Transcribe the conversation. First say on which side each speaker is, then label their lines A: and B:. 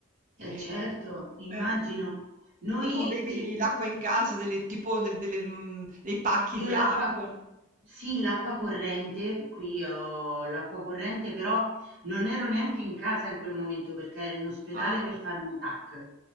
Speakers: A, on the right (about 40°); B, on the right (about 65°).
A: E,
B: eh, certo, immagino.
A: eh,
B: Noi,
A: e tu avevi
B: eh,
A: l'acqua in casa, delle, tipo de- delle, mm, dei pacchi
B: Io
A: di
B: l'acqua
A: acqua?
B: sì, l'acqua corrente, qui ho l'acqua corrente, però non ero neanche in casa in quel momento perché ero in ospedale
A: Ah,
B: per fare un TAC.